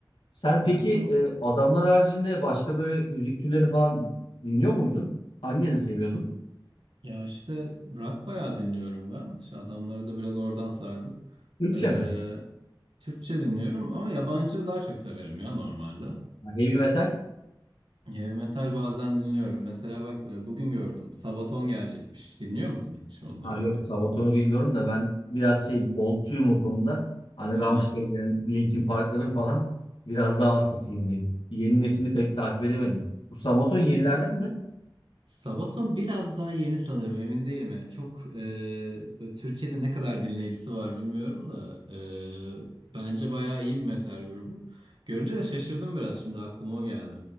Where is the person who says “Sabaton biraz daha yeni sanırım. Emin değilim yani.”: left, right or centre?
Right